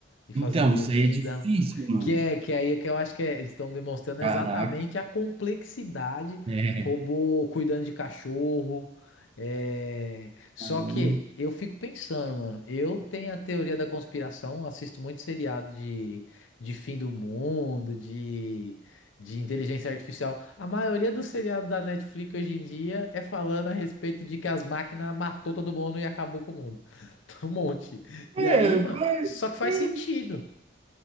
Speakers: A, on the left; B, on the right.
A: e fazendo
B: Então,
A: comida.
B: isso aí é difícil, mano.
A: Que é que é aí que eu acho que é- eles estão demonstrando
B: Caraca.
A: exatamente a complexidade,
B: É,
A: robô cuidando de cachorro. é. Só
B: caramba.
A: que eu fico pensando, mano, eu tenho a teoria da conspiração, assisto muito seriado de, de fim do mundo, de, de inteligência artificial. A maioria dos seriados da Netflix hoje em dia é falando a respeito de que as máquinas matou todo mundo e acabou com o mundo. <laughs> Um monte.
B: É,
A: E aí, mano.
B: mas
A: Só que faz
B: eu,
A: sentido.